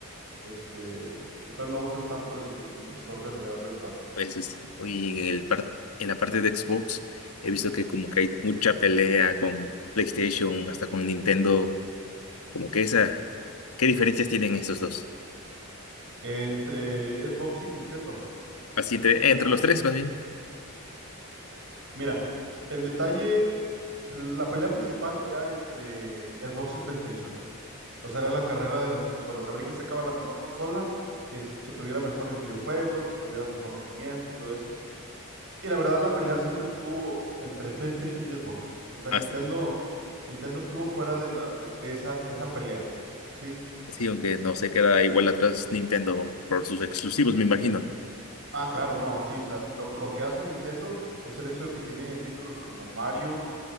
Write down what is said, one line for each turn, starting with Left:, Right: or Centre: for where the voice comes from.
Right: Este, entonces no usas tanto el, el- el visor de realidad virtual.
Left: Pues es- y en el par- en la parte de Xbox he visto que como que hay mucha pelea con PlayStation, hasta con Nintendo, como que esa, ¿qué diferencias tienen esos dos?
Right: Entre Xbox y Nintendo.
Left: Así entre, entre
Right: o-
Left: los tres más bien.
Right: Mira, el detalle, la pelea principal era entre Xbox y PlayStation. O sea, era la carrera de las consolas. A ver quién sacaba la mejor consola, que, es- que tuviera mejores videojuegos, que tuviera mejor rendimiento y todo eso. Y la verdad, la pelea siempre estuvo entre PlayStation y Xbox. O sea, Nintendo,
Left: As-
Right: Nintendo estuvo fuera de la, de, de esa, de esa pelea. Sí.
Left: sí, aunque no se queda igual atrás Nintendo por sus exclusivos, me imagino, ¿no?
Right: Ah, claro, no, sí. O sea, lo, lo que hace Nintendo es el hecho de que tiene títulos como Mario,